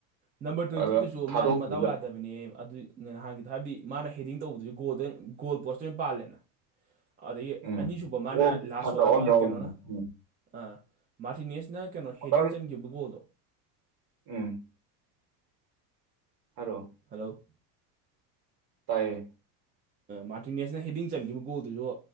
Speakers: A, on the right; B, on the right.
A: ꯅꯝꯕꯔ ꯇ꯭ꯋꯦꯟꯇꯤꯗꯨꯁꯨ
B: ꯑꯗ ꯊꯥꯗꯣꯛꯈꯤꯕꯗ
A: ꯃꯥꯁꯨ ꯃꯗꯥꯎ ꯌꯥꯗꯕꯅꯦ ꯑꯗꯨ ꯅꯍꯥꯟꯒꯤꯗ ꯍꯥꯏꯕꯗꯤ ꯃꯥꯅ ꯍꯦꯗꯤꯡ ꯇꯧꯕꯗꯨꯖꯨ ꯒꯣꯜꯗ ꯒꯣꯜ ꯄꯣꯁꯇꯣꯏ ꯑꯣꯏꯅ ꯄꯥꯜꯂꯦꯅ ꯑꯗꯩꯒꯤ
B: ꯎꯝ
A: ꯑꯅꯤꯁꯨꯕ ꯃꯥꯅ
B: ꯑꯣ
A: ꯂꯥꯁ
B: ꯐꯠꯇꯕ
A: ꯁꯣꯠ ꯑꯃ
B: ꯌꯥꯎꯔꯤꯅꯦ
A: ꯀꯩꯅꯣꯅ
B: ꯎꯝ
A: ꯑ ꯃꯥꯔꯇꯤꯅꯦꯁꯅ ꯀꯩꯅꯣ ꯍꯦꯗꯤꯡ
B: ꯐꯠꯇꯕ-
A: ꯆꯟꯒꯤꯕ ꯒꯣꯜꯗꯣ
B: ꯎꯝ ꯍꯂꯣ
A: ꯍꯜꯂꯣ
B: ꯇꯥꯏꯌꯦ
A: ꯃꯥꯔꯇꯤꯅꯦꯁꯅ ꯍꯦꯗꯤꯡ ꯆꯪꯈꯤꯕ ꯒꯣꯜꯗꯨꯁꯨ